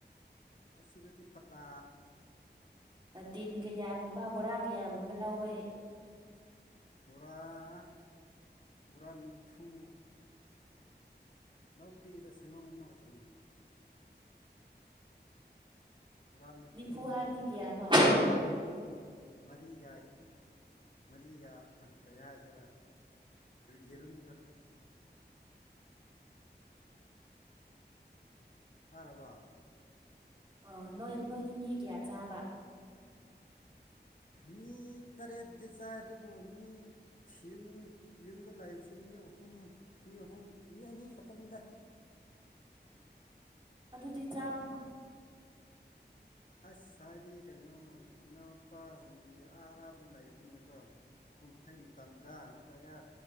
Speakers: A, on the left; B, on the right.
A: ꯑꯁꯤꯗꯗꯤ ꯄꯠꯇꯥ
B: ꯑꯣ ꯇꯤꯟ ꯀꯌꯥꯒꯨꯝꯕ ꯕꯣꯔꯥ ꯀꯌꯥꯒꯨꯝꯕ ꯂꯨꯋꯦ
A: ꯕꯣꯔꯥ ꯕꯣꯔꯥ ꯅꯤꯐꯨ ꯂꯧ ꯄꯤꯛꯏꯗ ꯁꯡꯒꯝ ꯑꯃꯈꯛꯇꯅꯦ ꯕꯣꯔꯥ
B: ꯅꯤꯐꯨ ꯍꯥꯏꯕꯗꯤ
A: ꯍꯦꯜꯂꯦ
B: ꯀꯌꯥꯅꯣ
A: ꯃꯔꯤꯒ ꯃꯔꯤꯒ ꯀꯔꯤ ꯍꯥꯏꯁꯤꯔꯥ ꯌꯦꯔꯨꯝꯗꯣ ꯇꯥꯔꯥꯕꯣ
B: ꯑꯣ ꯅꯣꯏ ꯅꯣꯏꯗꯤ ꯃꯤ ꯀꯌꯥ ꯆꯥꯕ꯫
A: ꯃꯤ ꯇꯔꯦꯠꯗꯤ ꯆꯥꯏ ꯑꯗꯨꯕꯨ ꯃꯤ ꯌꯨꯝ ꯌꯨꯝꯗ ꯂꯩꯕꯁꯦ ꯃꯤ ꯑꯍꯨꯝ ꯃꯤ ꯑꯍꯨꯝ ꯃꯤ ꯑꯅꯤ ꯈꯛꯇꯅꯤꯗ
B: ꯑꯗꯨꯗꯤ ꯆꯥꯕꯥ ꯉꯝꯗꯦ
A: ꯑꯁ ꯍꯥꯏꯗꯤ ꯀꯩꯅꯣ ꯏꯅꯥꯎꯄꯥꯁꯤꯡꯒꯤ ꯑꯥ ꯑꯞ ꯂꯩꯕꯅꯤꯅꯀꯣ ꯀꯨꯝꯍꯩ ꯃꯇꯝꯗ ꯅꯠꯇ꯭ꯔꯒ